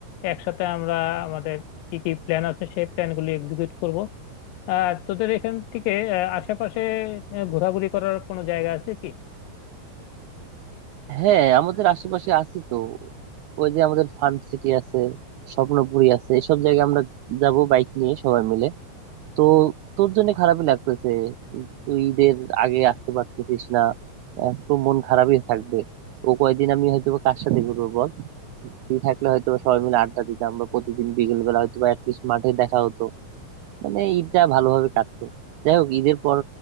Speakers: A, on the left; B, on the right.
A: একসাথে আমরা আমাদের কি কি প্ল্যান আছে সেই প্ল্যানগুলি এক্সিকিউট করব আর তোদের এখান থেকে আহ, আশেপাশে আহ, ঘোরাঘুরি করার কোনো জায়গা আছে কি
B: হ্যাঁ আমাদের আশেপাশে আছে তো ওই যে আমাদের ফান সিটি আছে স্বপ্নপুরী আছে এসব জায়গায় আমরা যাব বাইক নিয়ে সবাই মিলে তো তোর জন্য খারাপই লাগতেছে তুই ঈদের আগে আসতে পারতেছিস না একটু মন খারাপই থাকবে ও কয়দিন আমি হয়তো বা কার সাথে ঘুরবো বল তুই থাকলে হয়তো বা সবাই মিলে আড্ডা দিতাম বা প্রতিদিন বিকেল বেলা হয়তো বা অ্যাটলিস্ট মাঠে দেখা হতো মানে ঈদটা ভালোভাবে কাটতো যাই হোক ঈদের পর